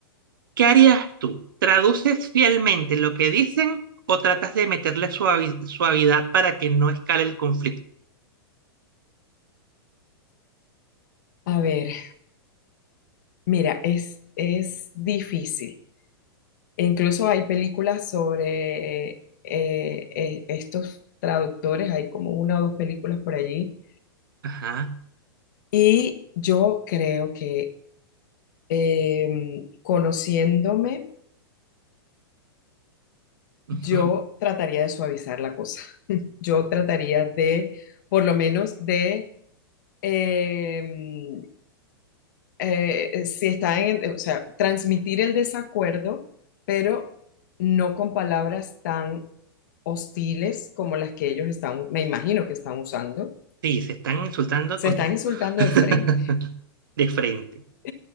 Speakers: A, on the right; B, on the left.
A: ¿Qué harías tú? ¿Traduces fielmente lo que dicen o tratas de meterle suavi- suavidad para que no escale el conflicto?
B: a ver, mira, es, es difícil. E Incluso hay películas sobre eh, eh, estos traductores, hay como una o dos películas por allí.
A: Ajá.
B: Y yo creo que eh, conociéndome,
A: Ujú.
B: yo trataría de suavizar la cosa. <laughs> Yo trataría de, por lo menos, de, em, eh, eh, si está en, eh, o sea, transmitir el desacuerdo, pero no con palabras tan hostiles como las que ellos están, me imagino que están usando,
A: Sí, se están insultando
B: se
A: con
B: están
A: todo.
B: insultando
A: <laughs>
B: de frente.
A: De frente.
B: <laughs>